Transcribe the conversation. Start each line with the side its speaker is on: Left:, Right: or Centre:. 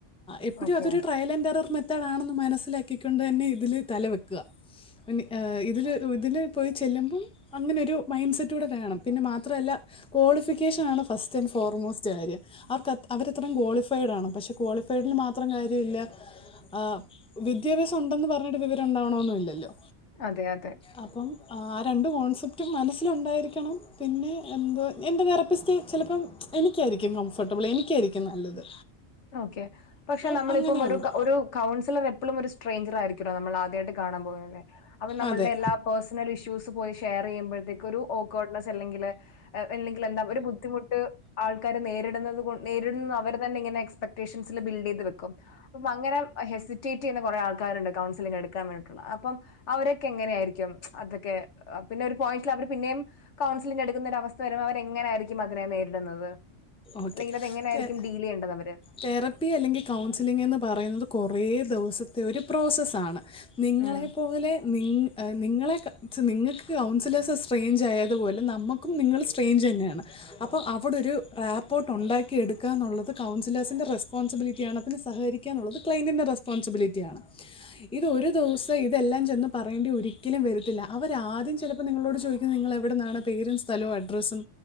Centre: എപ്പഴും
Left: ഓക്കെ
Centre: അതൊരു ട്രയലന്ററർ മെ ത്തെടാണെന്ന് മനസ്സിലാക്കിക്കൊണ്ട് തന്നെ ഇതില് തല വെക്ക. പി ഇതില് ഇതില് പോയി ചെല്ലുമ്പം അങ്ങനൊരു മൈൻഡ് സെറ്റ് കൂടെ വേണം. പിന്നെ മാത്രല്ല ക്വാളിഫിക്കേഷൻ ആണ് ഫസ്റ്റ് അന്റ് ഫോർമോസ്റ്റാര്യം. അർക്ക് അവര് അത്ര ക്വാളിഫൈഡ് ആണ്. പക്ഷെ ക്വാളിഫൈഡ്ല് മാത്രം കാര്യല്ല. ആഹ് വിദ്യാഭ്യാസം ഉണ്ടെന്ന് പറഞ്ഞിട്ട് വിവരം ഉണ്ടാവണോന്നും ഇല്ലല്ലോ.
Left: അതെ അതെ.
Centre: അപ്പം ആ രണ്ട് കോൺസെപ്റ്റും മനസ്സിലുണ്ടായിരിക്കണം. പിന്നെ എന്തൊ എൻ്റെ തെറപ്പിസ്റ്റ് ചെലപ്പം എനിക്കായിരിക്കും കംഫോർട്ടബിൾ എനിക്കായിരിക്കും നല്ലത്.
Left: ഓക്കെ. പക്ഷെ
Centre: അ-
Left: നമ്മളിപ്പം
Centre: അങ്ങനെയുണ്ട്
Left: ഒരു ഒരു കൗൺസിലർ എപ്പളും ഒരു സ്ട്രയ്ഞ്ചർ ആയിരിക് ക്കിട നമ്മളാദ്യായിട്ട് കാണാൻ പോകല്ലെ. അപ്പൊ നമ്മൾടെ
Centre: അതെ
Left: എല്ലാ പേഴ്സണൽ ഇഷ്യൂസ് പോയി ഷെയർ ചെയ്യുമ്പഴ്ത്തേക്കു. ഒരു ഓക്ക്‌വെട്നെസ് അല്ലെങ്കില് ഇല്ലെങ്കില് എന്താ ഒരു ബുദ്ധിമുട്ട് ആൾക്കാര് നേരിടുന്നത് നേരിടുന്ന അവർ തന്നെ ഇങ്ങനെ ട്ടീഷ്യംസില് ബിൽഡെയ്ത് വെക്കും. അപ്പൊ അങ്ങനെ ഹെസിറ്റേയ്റ്റ് ചെയുന്ന ആൾക്കാര്ണ്ട് കൗൺസിലിങ്ങില് എടുക്കാൻ വേണ്ടിട്ടുള്ള. അപ്പം അവരൊക്കെ എങ്ങനെ ആയിരിക്കും. അതൊക്കെ അപ പിന്നെ ഒരു പോയിന്റില് അവര് പിന്നെയും കൗൺസിലിങ് എടുക്കുന്ന ഒര അവസ്ഥ വരുമ്പം അവര് എങ്ങനായിരിക ക്ക്യ് മാത്രമേ നേരിട്ന്നത്.
Centre: ഓക്കെ
Left: അല്ലെങ്കില് അതെങ്ങനെആയിരിക്കും ഡീല് ചെയ്യേണ്ടത് അവര്
Centre: തെറപ്പി അല്ലെങ്കിൽ കൗൺസിലിംഗ എന്ന് പറയുന്നത് കുറേ ദിവസത്തെ ഒരു പ്രോസസ്സണ് നിങ്ങളെ
Left: ഉം.
Centre: പോലെ നിങ്ങ നിങ്ങളെ നിങ്ങൾക്ക് കൗൺസിലേഴ്സ് സ്ട്രെയിഞ്ച് ആയതുപോലെ നമുക്കും നിങ്ങള് സ്ട്രെയിഞ്ച് തന്നെയാണ് അപ്പൊ അവിടൊരു റാപ്പോർട്ട് ഉണ്ടാക്കി എടുക്കുകന്നുള്ളത് കൗൺസിലേഴ്സിൻന്റെറെസ്പോൺസിബിലിറ്റിയാണതിന് അതില് സഹകരിക്കുക ന്നു ള്ളത് ക്ലെന്റിന്റെ റെസ്പോൺസിബിലിറ്റി ആണ് ഇത് ഒരു ദിവസ ത്തെ ഇതെല്ലാം ചെന്ന് പറയേണ്ടി ഒരിക്കലും വരത്തില്ല അവർ ആദ്യം ചിലപ്പോൾ നിങ്ങളോട് ചോദിക്കുന്നത് നിങ്ങളൾ എവിടുന്നാണ് പേരും സ്ഥലോം അഡ്രെസ ഡ്രസും